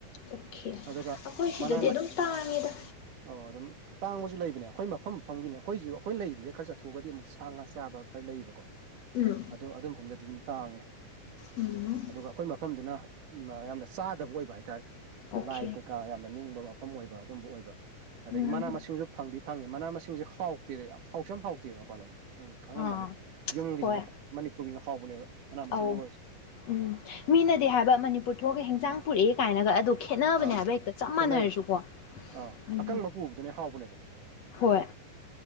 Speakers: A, on the left; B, on the right.
A: ꯑꯣꯀꯦ ꯑꯩꯈꯣꯏ
B: ꯑꯗꯨꯒ
A: ꯁꯤꯗꯗꯤ
B: ꯃꯅꯥ ꯃꯁꯤ
A: ꯑꯗꯨꯝ ꯇꯥꯡꯉꯦꯗ
B: ꯑꯣ ꯑꯗꯨꯝ ꯇꯥꯡꯕꯁꯨ ꯂꯩꯕꯅꯦ ꯑꯩꯈꯣꯏ ꯃꯐꯝ ꯃꯐꯝꯒꯤꯅꯦ ꯑꯩꯈꯣꯏꯁꯨ ꯑꯩꯈꯣꯏ ꯂꯩꯗꯨꯗꯩ ꯈꯔ ꯆꯠꯊꯣꯛꯑꯒꯗꯤ ꯑꯃꯨꯛ ꯁꯥ ꯉꯥ ꯆꯥꯕ ꯈꯔ ꯂꯩꯌꯦꯕꯀꯣ
A: ꯎꯝ
B: ꯑꯗꯨ ꯑꯗꯨꯃꯐꯝꯗꯗꯤ ꯑꯗꯨꯝ ꯇꯥꯡꯉꯦ
A: ꯎꯝ
B: ꯑꯗꯨꯒ ꯑꯩꯈꯣꯏ ꯃꯐꯝꯗꯨꯅ ꯃ ꯌꯥꯝꯅ ꯆꯥꯗꯕ ꯑꯣꯏꯕ ꯍꯥꯏꯇꯥꯥꯔꯦ
A: ꯑꯣꯀꯦ
B: ꯂꯥꯏ ꯀꯩꯀꯥ ꯌꯥꯝ ꯅꯤꯡꯕ ꯃꯐꯝ ꯑꯣꯏꯕ ꯑꯗꯨꯝꯕ ꯑꯣꯏꯕ ꯑꯗꯒꯤ
A: ꯎꯝ
B: ꯃꯅꯥ ꯃꯁꯤꯡꯁꯨ ꯐꯪꯗꯤ ꯐꯪꯉꯤ ꯃꯅꯥ ꯃꯁꯤꯡꯁꯦ ꯍꯥꯎꯇꯦꯗꯩ ꯌꯥꯝ ꯍꯥꯎꯁꯨ ꯌꯥꯝ ꯍꯥꯎꯇꯦꯕ ꯃꯄꯥꯟꯂꯣꯝꯗ ꯈꯪꯉꯝꯃꯅꯤ
A: ꯑꯥ
B: ꯌꯨꯝꯒꯤꯁꯤꯅ
A: ꯍꯣꯏ
B: ꯍ ꯃꯅꯤꯄꯨꯔꯒꯤꯅ ꯍꯥꯎꯕꯅꯦꯕ ꯃꯅꯥ ꯃꯁꯤꯡꯗꯣ
A: ꯑꯧ
B: ꯑꯣꯏꯔꯁꯨ
A: ꯎꯝ ꯃꯤꯅꯗꯤ ꯍꯥꯏꯕ ꯃꯅꯤꯄꯨꯔ ꯊꯣꯛꯑ ꯍꯤꯡꯖꯥꯡ ꯄꯨꯔꯛꯑꯦ ꯀꯥꯏꯅꯒ ꯑꯗꯨ ꯈꯦꯠꯅꯕꯅꯦ
B: ꯑꯥ
A: ꯍꯥꯏꯕ ꯍꯦꯛꯇ ꯆꯞ
B: ꯈꯦꯠꯅꯩꯌꯦ
A: ꯃꯥꯟꯅꯔꯁꯨꯀꯣ
B: ꯑꯥ
A: ꯎꯝ
B: ꯑꯀꯪꯕ ꯄꯨꯕꯗꯨꯅ ꯍꯥꯎꯕꯅꯦꯕ
A: ꯍꯣꯏ